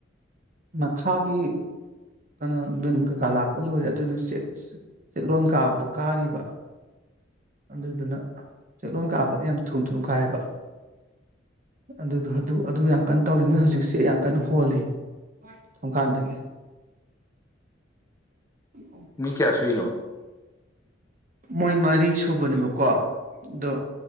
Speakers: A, on the right (about 45°); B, on the left (about 15°).
A: ꯃꯈꯥꯒꯤ ꯀꯩꯅꯣ ꯚꯝ ꯀꯩꯀꯥ ꯂꯥꯛꯄ ꯂꯣꯏꯔꯦ ꯑꯗꯨꯗꯨ ꯆꯦꯛꯂꯣꯟ ꯀꯥꯕꯗꯣ ꯀꯥꯔꯤꯕ ꯑꯗꯨꯗꯨꯅ ꯆꯦꯛꯂꯣꯟ ꯀꯥꯕꯗ ꯌꯥꯝ ꯊꯨꯝ ꯊꯨꯝ ꯀꯥꯏꯌꯦꯕ ꯑꯗꯨꯗ ꯑꯗꯨ ꯌꯥꯝ ꯀꯟꯅ ꯇꯧꯔꯤ ꯃꯣꯏ ꯍꯧꯖꯤꯛꯁꯦ ꯌꯥꯝ ꯀꯟꯅ ꯍꯣꯜꯂꯤ ꯑꯣꯣꯡꯀꯥꯟꯗꯒꯤ ꯑꯣ
B: ꯃꯤ ꯀꯌꯥ ꯁꯨꯏꯅꯣ
A: ꯃꯣꯏ ꯃꯔꯤ ꯁꯨꯕꯅꯦꯕꯀꯣ ꯑꯗꯣ